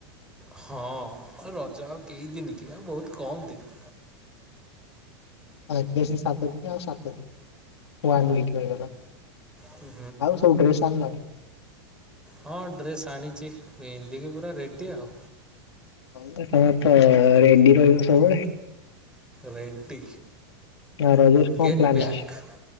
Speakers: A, in the centre; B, on the left (about 80°).
A: ହଁ ରଜ ଆଉ କେଇ ଦିନ କି ଆଉ ବହୁତ କମ ଦିନ।
B: ଆଜି ଆସି ସାତ ଦିନ ଆଉ ସାତ ଦିନ
A: ହୁଁ
B: ଆଉ ସବୁ ଡ୍ରେସ୍ ଆଣିଲଣି?
A: ହଁ ଡ୍ରେସ୍ ଆଣିଛି ପିନ୍ଧିକି ପୁରା ରେଡି ଆଉ।
B: ହଁ, ସମସ୍ତ ରେଡଡି ରହିବେ ସବୁବେଳ।
A: ରେଡ୍ଡି
B: ଆଉ ରଜରେ କଣ
A: ଗେଟ୍
B: ପ୍ଲାନ
A: ବ୍ୟାକ୍।
B: ଅଛି?